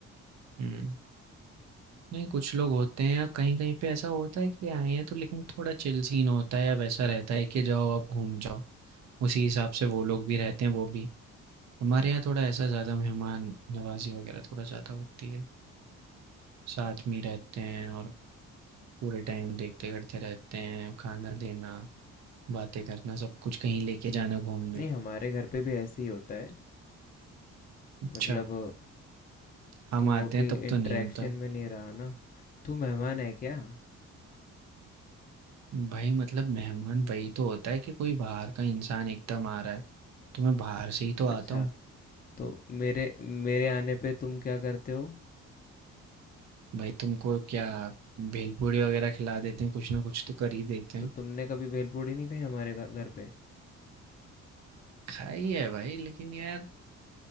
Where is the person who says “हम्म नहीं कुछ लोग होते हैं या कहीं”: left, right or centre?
Right